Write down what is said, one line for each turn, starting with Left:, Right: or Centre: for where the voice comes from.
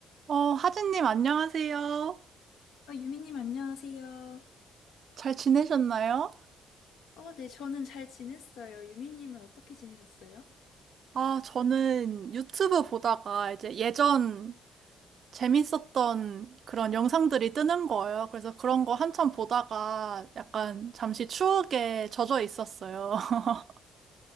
Right: 어, 하진님, 안녕하세요.
Left: 어, 유미님 안녕하세요.
Right: 잘 지내셨나요?
Left: 어, 네, 저는 잘 지냈어요. 유미님은 어떻게 지내셨어요?
Right: 아, 저는 유튜브 보다가 이제 예전 재밌었던 그런 영상들이 뜨는 거예요. 그래서 그런 거 한참 보다가 약간 잠시 추억에 젖어 있었어요. <laughs>